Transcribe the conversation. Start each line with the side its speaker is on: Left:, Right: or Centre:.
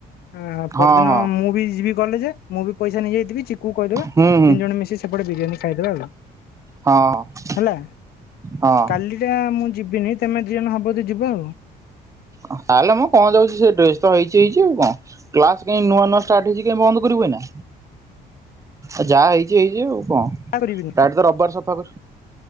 Left: ଆଉ ପରଦିନ
Right: ହଁ ହଁ
Left: ମୁଁ ବି ଯିବି କଲେଜେ, ମୁଁ ବି ପଇସା ନେଇଯାଇଥିବି। ଚିକୁକୁ କହିଦବା। ତିନି
Right: ହୁଁ ହୁଁ
Left: ଜଣ ମିଶି ସେପଟେ ବିରିୟାନୀ ଖାଇଦବା
Right: ହଁ
Left: ହେଲା।
Right: ହଁ
Left: କାଲି ଯା ମୁଁ ଯିବିନି ତୋମେ ଦି ଜଣ ହବ ତ ଯିବ ଆଉ।
Right: ଓ ହୋ ତାଲ ମୋ କଣ ଯାଉଚି ସେ ଡ୍ରେସ୍ ତ ହେଇଚି ହେଇଚି ଆଉ କଣ, କ୍ଲାସ୍ କାଇଁ ନୂଆ ନୂଆ ଷ୍ଟାଟ୍ ହେଇଚି କାଇଁ ବନ୍ଦ କରିବୁ ଏଇନା। ଏ ଯା ହେଇ ଚି ହେଇଚି ଆଉ କଣ
Left: କରିବିନି
Right: ସାର୍ଟ ତ ରବବାର ସଫା କର,